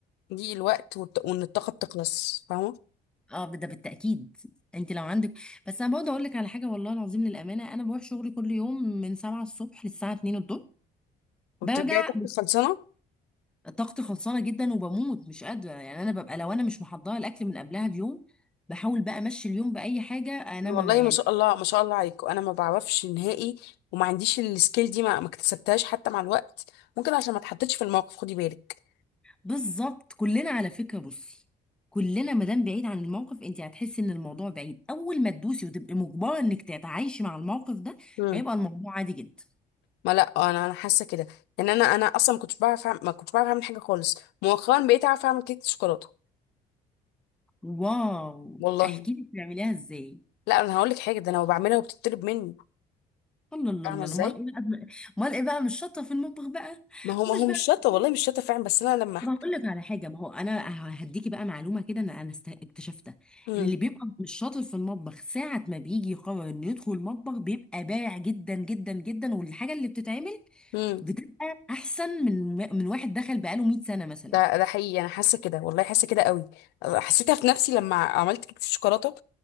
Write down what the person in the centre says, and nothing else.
اه ده بالتأكيد انت لو عندك بس انا برضه اقول لك على حاجة والله العظيم للأمانة انا بروح شغلي كل يوم من 7 الصبح للساعة 2 الظهر
برجع
طاقتي خلصانة جدا وبموت مش قادرة يعني انا ببقى لو انا مش محضرة الاكل من قبلها بيوم بحاول بقى امشي اليوم بأي حاجة انا
ما يعني
بالظبط كلنا على فكرة بصي كلنا ما دام بعيد عن الموقف انت هتحسي ان الموضوع بعيد اول ما تدوسي وتبقي مجبرة انك تتعايشي مع الموقف ده
هيبقى الموضوع عادي جدا
واو
احكي لي بتعمليها ازاي
الله الله
الله
امال ايه بقى امال ايه بقى مش شاطره في المطبخ بقى
ومش
بقى
<laughs>
طب هقول لك على حاجه ما هو انا هديكي بقى معلومه كده انا انا است- اكتشفتها
ان اللي بيبقى مش شاطر في المطبخ ساعه ما بيجي يقرر انه يدخل المطبخ بيبقى بارع جدا جدا جدا والحاجه اللي بتتعمل
بتبقى احسن من من واحد دخل بقاله 100 سنه مثلا